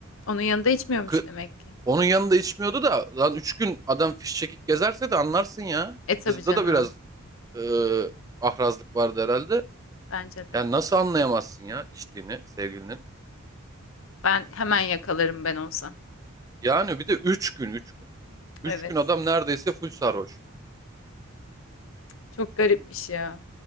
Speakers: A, on the left; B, on the right.
A: onun yanında içmiyormuş
B: Kı-
A: demek ki.
B: Onun yanında içmiyordu da lan üç gün adam fişçekik gezerse de anlarsın ya.
A: E tabii
B: Kızda
A: canım.
B: da biraz e, ahrazlık vardı herhalde.
A: Bence de.
B: Yani nasıl anlayamazsın ya içtiğini sevgilinin.
A: Ben hemen yakalarım ben olsam.
B: Yani bir de üç gün üç gün. Üç
A: Evet.
B: gün adam neredeyse full sarhoş.
A: Çok garipmiş ya.